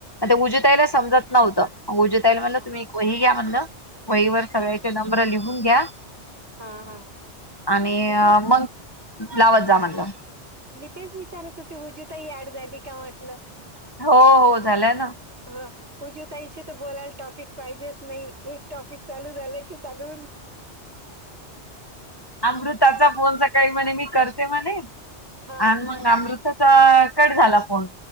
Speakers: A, on the left; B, on the right.
A: ते उजताईला समजत नव्हतं उज म्हण
B: हा
A: तुम्ही एक वही घ्या म्हणलं वहीर सगळ्याचे नंब्र लिहून घ्या.
B: हा हा
A: आणि
B: तेच
A: मग लावत जा म्हणलं.
B: मी तेच विचारत होती विजू ताई ऍड झाली का म्हटलं.
A: हो हो झाल्या ना.
B: हा. उजुताईशी तर बोलायला टॉपिक पाहिजेच नाही एक टॉपिक चालू झालं की चालू
A: अमृताचा फोन सकाळी म्हणे मी करते म्हणे.
B: हा
A: आणि मंग अमृताचा कट झाला फोन